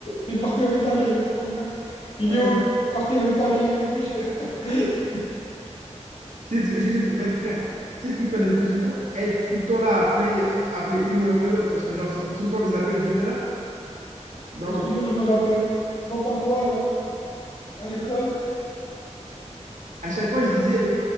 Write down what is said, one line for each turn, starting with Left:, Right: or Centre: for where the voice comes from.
Left: Il est parti en Italie avec Franca. Il
Right: Oh,
Left: est où?
Right: putain.
Left: Il est parti en Italie avec Michel. <laughs>
Right: J'étais tout- j'étais tout- Mais frère, tu sais ce qui prenait le plus de temps? Être tout le temps là, à appeler, appeler une ou après l'autre. Parce que, genre, c'était tout le temps des appels d'une heure. Donc,
Left: Je te jure, je me rappelle. Dans ton coin, là, à l'école.
Right: à chaque fois, je disais, OK,